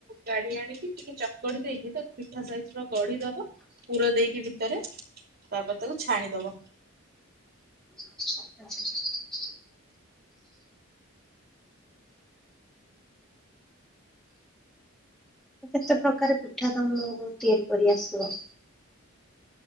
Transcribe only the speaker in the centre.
ଆଛାା <unintelligible> କେତେ ପ୍ରକାର ପିଠା ତମକୁ ତିଆରି କରି ଆସିବ?